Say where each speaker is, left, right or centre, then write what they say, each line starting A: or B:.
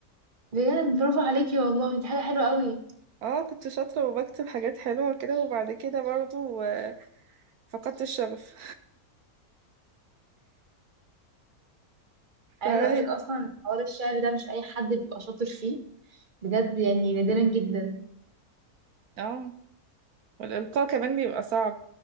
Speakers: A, on the right (about 35°); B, on the right (about 75°).
A: بجد برافو عليكي والله دي حاجة حلوة قوي
B: اه كنت شاطرة وبكتب حاجات حلوة وكده وبعد كده برضه آه، فقدت الشغف
A: عايزة
B: فهي
A: اقولك اصلا حوار الشعر ده مش اي حد بيبقى شاطر فيه بجد يعني نادرا جدا
B: اه والإلقاء كمان بيبقى صعب